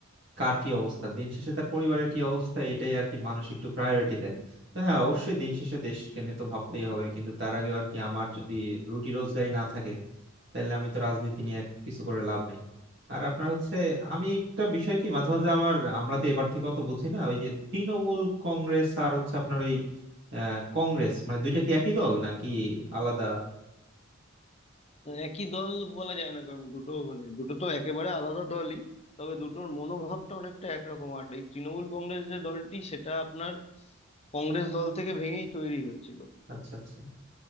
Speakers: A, on the right; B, on the left.
A: কার কি অবস্থা দিন শেষে তার পরিবারের কি অবস্থা এটাই আর কি মানুষ একটু প্রায়োরিটি দেয় তো হ্যাঁ অবশ্যই দিন শেষে দেশকে নিয়ে তো ভাবতেই হবে কিন্তু তার আগে আর কি আমার যদি রুটি রোজগারি না থাকে তাহলে আমি তো রাজনীতি নিয়ে এক- কিছু করে লাভ নাই আর আপনার হচ্ছে আমি একটা বিষয় কি মাঝে মাঝে আমার আমরা তো এবার থেকে অত বুঝি না ওই যে তৃণমূল কংগ্রেস আর হচ্ছে আপনার ওই আহ, কংগ্রেস মানে দুইটা কি একই দল নাকি আলাদা
B: একই দল বলা যায় না কারণ দুটো মানে দুটো তো একেবারে আলাদা দলই তবে দুটোর মনোভাবটা অনেকটা একরকম আর এই তৃণমূল কংগ্রেস যে দলটি সেটা আপনার কংগ্রেস দল থেকে ভেঙেই তৈরি হয়েছিল
A: আচ্ছা আচ্ছা